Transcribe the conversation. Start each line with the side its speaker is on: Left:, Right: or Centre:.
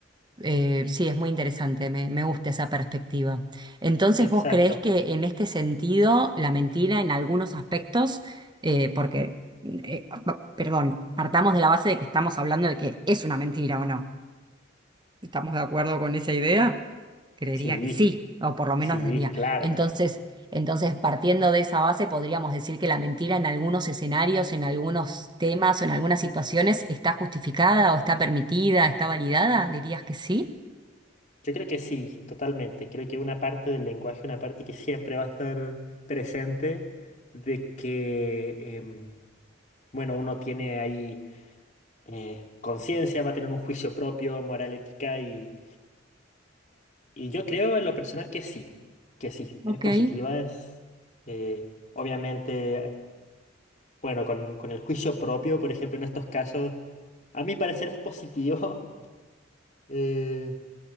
Right: Eh, sí, es muy interesante, me, me gusta esa perspectiva. Entonces,
Left: exacto,
Right: ¿vos creés que en este sentido la mentira en algunos aspectos, eh, porque, eh, ah, pa- perdón, partamos de la base de que estamos hablando de que es una mentira o no? ¿Estamos de acuerdo con esa idea? Creería
Left: sí,
Right: que sí, o por lo menos
Left: sí,
Right: desde mía.
Left: claro.
Right: Entonces, entonces, partiendo de esa base, podríamos decir que la mentira en algunos escenarios, en algunos temas o en algunas situaciones está justificada o está permitida, está validada, dirías que sí.
Left: Yo creo que sí, totalmente. Creo que una parte del lenguaje, una parte que siempre va a estar presente, de que, em, bueno, uno tiene ahí eh, conciencia, va a tener un juicio propio, moral, ética, y, y yo creo en lo personal que sí, que sí,
Right: Ok.
Left: es positiva, es eh, obviamente, bueno, con, con el juicio propio, por ejemplo, en estos casos, a mi parecer es positivo, <laughs> eh,